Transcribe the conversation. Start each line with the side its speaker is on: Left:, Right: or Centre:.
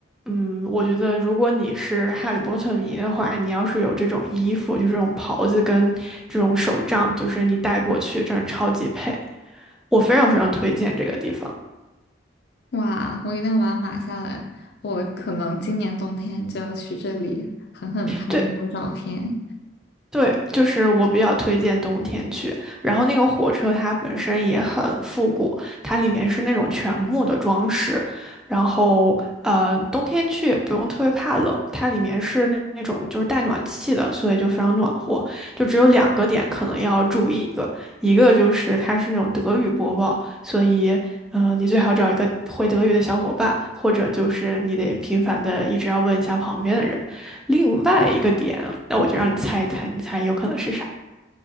Centre: 嗯，我觉得如果你是哈利波特迷的话，你要是有这种衣服，就是这种袍子跟这种手杖，就是你带过去，真的超级配。我非常非常推荐这个地方。
Left: 哇，我一定要把它码下来，我可能今年冬天就要去这里狠狠拍一波照片。
Centre: 对，对，就是我比较推荐冬天去。然后那个火车它本身也很复古，它里面是那种全木的装饰。然后，呃，冬天去也不用特别怕冷，它里面是那那种就是带暖气的，所以就非常暖和。就只有两个点可能要注意一个，一个就是它是那种德语播报，所以，嗯、你最好找一个会德语的小伙伴，或者就是你得频繁的一直要问一下旁边的人。另外一个点，那我就让你猜一猜，你猜有可能是啥？